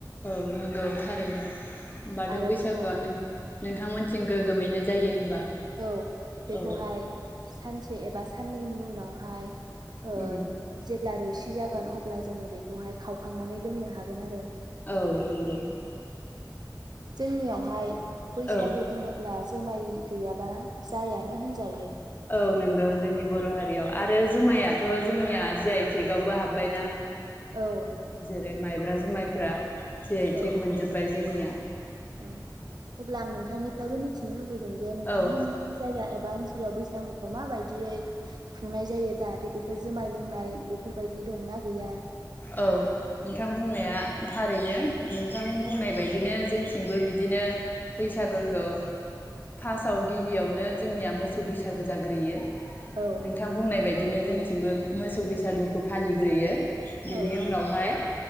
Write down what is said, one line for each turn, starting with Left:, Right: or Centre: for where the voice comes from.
Left: औ नंगौ थारैनो होमबाथ'
Right: आरो
Left: बैसागुआनो
Right: बेखौ
Left: नोंथांमोन थिं गोगोमैनो जायो होमबा।
Right: औ बेखौहाय।
Left: औ
Right: सानसे एबा साननैनि उनावहाय ओ
Left: उम
Right: जेब्ला रो सि जागोन अब्ला जोङो बे खौहाय खावखांनानै लोंनो हागोन आरो।
Left: औ नंगौ
Right: जोंनियावहाय। बैसागु
Left: औ
Right: होनोब्ला जुमाय गैयाबा जायानो होनजायो।
Left: औ नंगौ जोंनि बर' हारियाव आरो जुमायाथ' जोंनिया जि आइ थेकावबो हाबबायना।
Right: औ।
Left: ओेरै माइब्रा जुमायफ्रा जि आइ
Right: औ
Left: टेक मोनजोबबाय जोंनिया।
Right: औ अब्ला आं नोंथांनिफ्रायबो मिथिनो लु बैदोंजे नोंथांमोननि
Left: औ
Right: जायगा एबा ओन सोलाव बैसागुखौ माबायदियै खुंनाय जायो जाहाथे बेफोर जुमाय लोंनाय बेफोरबायदि दंना गैया?
Left: औ नोंथां बुंनाया थारैनो नोंथां बुंनाय बायदिनो जोंथिंबो बिदिनो बैसागोखौ फार्स्टआव गिबियावनो जोंनिया मोसौ बैसागो जाग्रोयो।
Right: औ
Left: नोंथां बुंनाय बाय बिदिनो जोंथिंबो मोसौ बैसागुखौ फालिग्रोयो बिनि
Right: औ
Left: उनावहाय